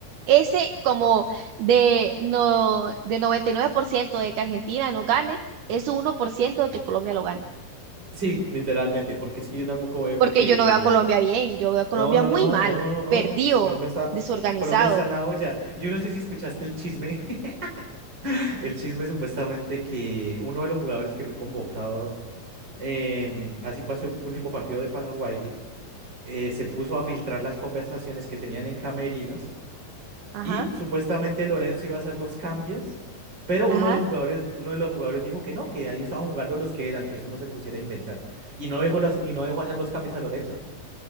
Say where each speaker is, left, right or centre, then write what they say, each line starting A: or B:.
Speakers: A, on the right; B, on the right.
A: ese como de, no, de 99% de que Argentina no gane, es un uno por ciento de que Colombia lo gane.
B: Sí, literalmente, porque es que yo tampoco veo
A: Porque
B: que...
A: yo no veo a Colombia bien, yo veo a Colombia
B: No, no,
A: muy
B: no,
A: mal,
B: no, no, no, no.
A: perdido,
B: Esto Colombia está...
A: desorganizado.
B: Colombia está en la olla. Yo no sé si escuchaste el chisme. <laughs> El chisme supuestamente que uno de los jugadores que fue convocado em, así para este último partido de Paraguay eh, se puso a filtrar las conversaciones que tenían en camerinos
A: Ajá,
B: y supuestamente Lorenzo iba a hacer los cambios, pero uno
A: ajá.
B: de los jugadores, uno de los jugadores dijo que no, que ahí estaban jugando los que eran, que eso no se pusiera a inventar. Y no dejó las, y no dejó hacer los cambios a Lorenzo.